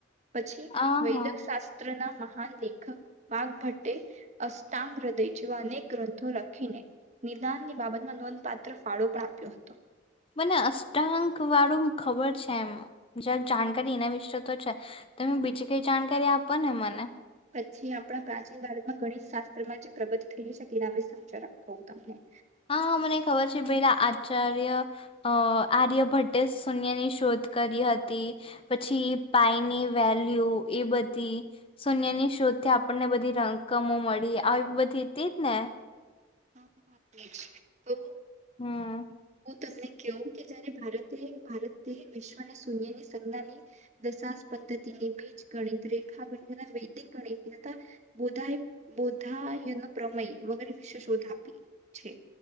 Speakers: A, on the right (about 35°); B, on the left (about 30°).
A: પછી
B: આ
A: વૈદક
B: હા
A: શાસ્ ત્ર ના મહાન લેખક વાઘભટ્ટે અષ્ટાંગ હૃદય જેવા અનેક ગ્રંથો લખીને નિદાનની બાબતમાં નોંધપાત્ર ફાળો પણ આપ્યો હતો.
B: મને અષ્ટાંક વાળું ખબર છે એમ જ જાણકારી એના વિશે તો છે તમે બીજી કઈ જાણકારી આપો ને મને.
A: પછી આપણા પ્રાચીન ભારતમાં ગણિત શાસ્ત્રમાં જે પ્રગતિ થયલી છે તેના વિશે સમજો હું તમને.
B: હા હા મને ખબર છે પેલા આચાર્ય અ આર્ય ભટ્ટે શૂન્ય ની શોધ કરી હતી, પછી પાાયની વેલ્યુ એ બધી, શૂન્યની શોધથી આપણને બધી રકમો મળી આવી બધી હતી જ ને.
A: હા હા તે જ તો
B: હમ
A: હું તમને કેવું કે જયારે ભારત તે ભારતે વિશ્વને શૂન્યની સંજ્ઞાની દશાશ પદ્ધતિની બીજ ગણિત રેખા ગણિત વૈદિક ગણિત તથા બોધાય બોધયનપ્રય વગરે વિશે શોધ આપી છે.